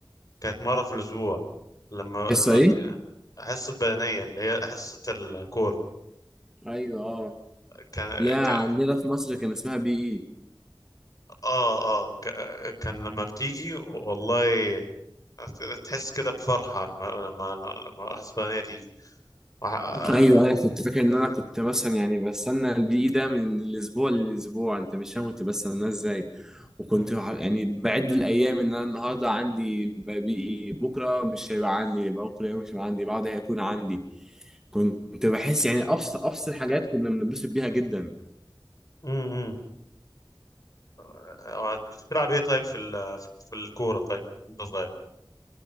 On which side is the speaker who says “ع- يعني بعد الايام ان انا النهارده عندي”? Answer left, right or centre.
Centre